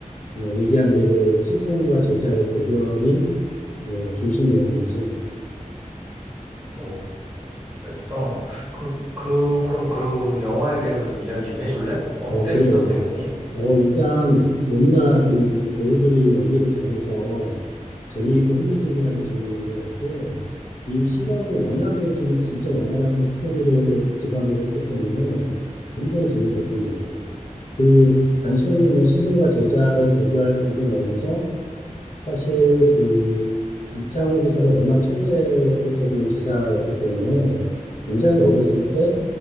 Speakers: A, on the left; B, in the centre.
A: 뭐 얘기한 대로 스승과 제자의 대결이 뭐 중심 내용이지.
B: 어, 그랬어. 그럼, 그, 그럼 그 영화에 대해서 좀 이야기 좀 해줄래? 어땠어,
A: 어 그래.
B: 내용이?
A: 어, 일단 너무나 좀 배우들이 연기를 잘해서 재미있고 흥미진진하게 진행된 것 같고, 이 실화도 워낙에 좀 진짜 영화 같은 스토리를 기반으로 했기 때문에 굉장히 재밌었던 것 같아요. 그 단순히 뭐 스승과 제자의 대결 이걸 넘어서 사실 그 이창호 기사가 워낙 천재적인 기사였기 때문에 굉장히 어렸을 때